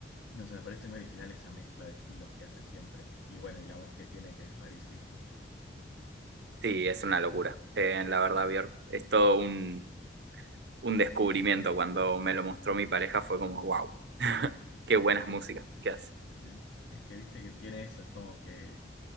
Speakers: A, on the left; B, on the right.
A: no sé, me parece muy original esa mezcla de estilos que hace siempre. Y bueno, y la voz que tiene, que es rarísima.
B: Sí, es una locura. Eh, la verdad, Björk, es todo un, un descubrimiento. Cuando me lo mostró mi pareja fue como, wow,
A: <laughs>
B: <laughs> qué buenas músicas que hace.
A: Sí, es que viste que tiene eso, es como que